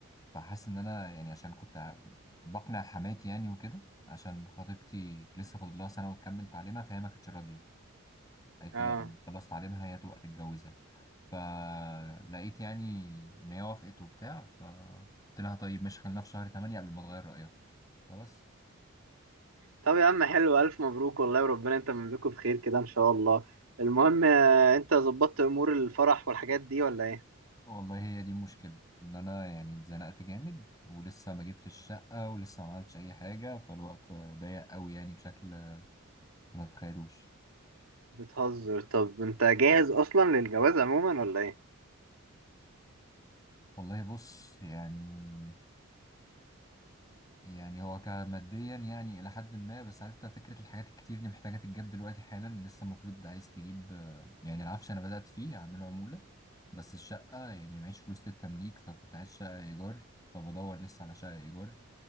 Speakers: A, on the left (about 15°); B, on the right (about 85°).
A: فحاسس ان انا يعني عشان كنت ع- بقنع حماتي يعني وكده عشان خطيبتي لسه فاضل لها سنة وتكمل تعليمها فهي ما كانتش راضية قالت
B: اه
A: لي لا لما تخلص تعليمها هي تبقى تتجوزها فلقيت يعني ان هي وافقت وبتاع فقلت لها طيب ماشي خلينا في شهر 8 قبل ما تغير رأيها فبس
B: طب يا عم حلو الف مبروك والله وربنا انت مملكه بخير كده ان شاء الله المهم آه، انت ظبطت امور الفرح والحاجات دي ولا ايه
A: والله هي دي المشكلة ان انا يعني اتزنقت جامد ولسه ما جبتش الشقة ولسه ما عملتش اي حاجة فالوقت ضيق قوي يعني بشكل ما تتخيلوش
B: بتهزر طب انت جاهز اصلا للجواز عموما ولا ايه
A: والله بص يعني يعني هو كماديا يعني إلى حد ما بس عرفت فكرة الحاجات الكتير اللي محتاجة تتجاب دلوقتي حالا لسه المفروض عايز تجيب آه، يعني العفش أنا بدأت فيه أعمله عمولة بس الشقة يعني معيش فلوس للتمليك فكنت عايز شقة إيجار فبدور لسه على شقة إيجار